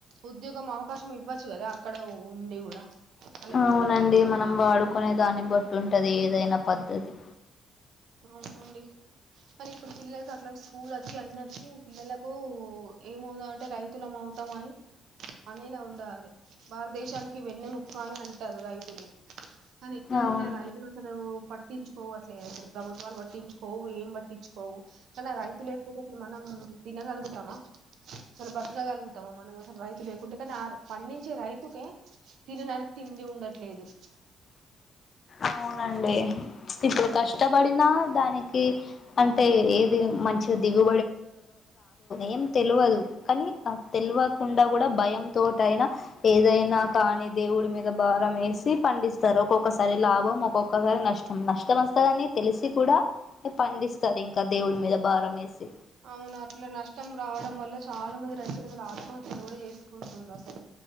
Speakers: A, on the right (about 70°); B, on the left (about 50°).
A: ఉద్యోగం అవకాశం ఇవ్వచ్చు కదా అక్కడ ఉండి కూడా పల్లెటూర్లో
B: అవునండి
A: కూడా
B: మనం వాడుకునే దాన్ని బట్టి తుంటది ఏదైనా పద్ధతి
A: అవునండి కానీ ఇప్పుడు పిల్లలకి అట్లాంటి స్కూల్ వచ్చి అన్ని వచ్చి పిల్లలకు ఏమవుతాం అంటే రైతులుమ అవుతాం అని అనేలా ఉండాలి భారతదేశానికి వెన్నె ముక అని అంటారు రైతుని కానీ ఎక్కడండి
B: అవును
A: ఆ రైతులు అసలు ప కోవట్లేదు అసలు ప్రభుత్వాలు పట్టించుకోవు ఏం పట్టించుకోవు కానీ రైతు లేకపోతే అసలు మనం తినగలుగుతామా అసలు తినగలుగుతామ మనం అసలు రైతు లేకుంటే కానీ ఆ పండించే రైతుకే తినడానికి తిండి ఉండట్లేదు
B: అవునండి ఇప్పుడు కష్ట ఇష్టపడిన దానికి అంటే ఏది మంచిగా దిగు ఏం తెల్వదు కానీ ఆ తెలవ కుండ కూడా భయం తోటయినా ఏదైనా కానీ దేవుడి మీద భారం వేసి పండిస్తారు ఒక్కొక ఒకసారి లాభం ఒకోక సారి నష్ట నష్టం వస్తదని తెలిసి కూడా పండిస్తారు ఇంకా దేవుడి మీద బారమేసి
A: అవును అట్లా నష్టం రావడం వల్ల చాలా అవును అట్లా నష్టం రావడం వాళ్ళ చాలా మంది రైతులు అసలు ఆత్మహత్యలు కూడా చేసుకుంట్ర అసలు